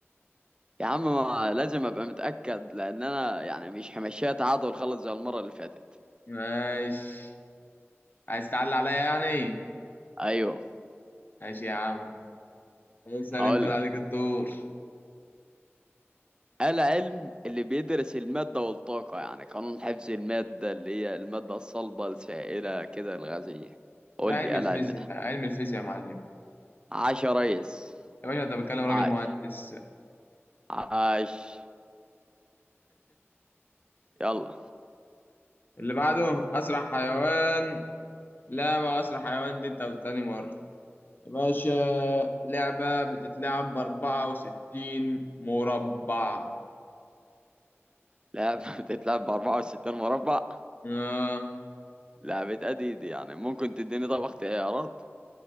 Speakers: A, on the right; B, on the left.
A: يا عم ما لازم أبقى متأكد لأن أنا يعني مش همشيها تعادل خالص زي المرة اللي فاتت
B: ماشي عايز تعلي عليا يعني
A: أيوه
B: ماشي يا عم اسأل
A: هقول
B: انت اللي
A: لك
B: عليك الدور
A: العلم اللي بيدرس المادة والطاقة يعني قانون حفظ المادة اللي هي المادة الصلبة السائلة كده الغازية قول
B: ده علم
A: لي إيه
B: الفيزياء
A: العلم ده
B: علم الفيزياء يا معلم
A: عاش يا ريس
B: يا باشا انت بتكلم راجل
A: عاش
B: مهندس
A: عاش يلا
B: اللي بعده اسرع حيوان لعبة اسرع حيوان دي انت تاني مرة يا باشا لعبة بتتلعب بأربعة وستين مربع
A: لعبة بتتلعب <laughs> ب 64 مربع
B: آه.
A: لعبة أديد يعني ممكن تديني طب اختيارات